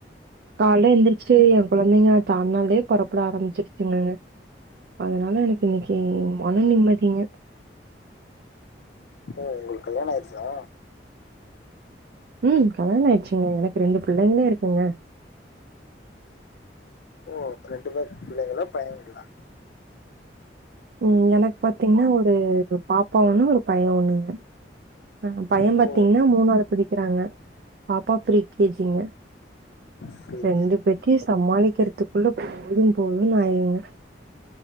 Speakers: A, on the right; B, on the left.
A: கால்ல எந்திரிச்சு எ கொழந்தைங்க தன்னாலே பொறப்பட ஆரம்பிச்சிருச்சிங்க அதனால எனக்கு இன்னைக்கு மன
B: ம்.
A: நிம்மதிங்க
B: ஓ உங்களு கல்யாண ஆயிடுச்சா
A: ம் கல்யாண ஆயிச்சுங்க எனக்கு ரெண்டு புள்ளைங்ளே இருக்குங்க
B: ஓ ரெண்டு பேர் பிள்ளைங்களா பையன்களா
A: ம் எனக்கு பாத்தீங்கன்னா ஒரு பாப்பா ஒன்னு ஒரு பைய ஒன்னுங்க அ பைய
B: ஓ
A: பாத்தீங்கன்னா மூணாது படிக்கிறாங்க பாப்பா ப்ரீ கே ஜி ங்க
B: செரி
A: ரெண்டு பேத்தியு சமாளிக்கறதுக்குள்ள போது போதுனு ஆயுங்க